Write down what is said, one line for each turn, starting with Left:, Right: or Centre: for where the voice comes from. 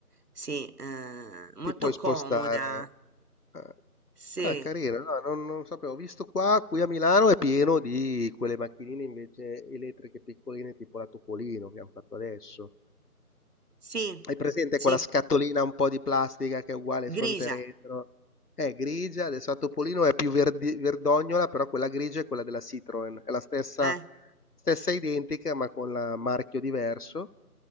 Right: sì, eh, molto
Left: ti puoi
Right: comoda.
Left: spostare. eh,
Right: Sì,
Left: Ah, carino, no, non, non sapevo. Ho visto qua, qui a Milano è pieno di quelle macchinine invece elettriche piccoline tipo la Topolino che hanno fatto adesso.
Right: sì,
Left: Hai presente
Right: sì,
Left: quella scatolina un po' di plastica che è uguale fronte
Right: grigia,
Left: e retro? È grigia, adesso a Topolino è più verdi- verdognola, però quella grigia è quella della Citroen, è la stessa,
Right: eh,
Left: stessa identica ma con la marchio diverso.